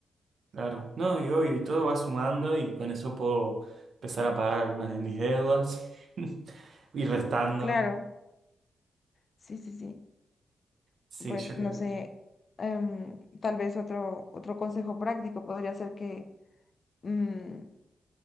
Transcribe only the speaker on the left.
Claro, sí, sí, sí.
pues
no
sé, em, tal vez otro, otro consejo práctico podría ser que, mm,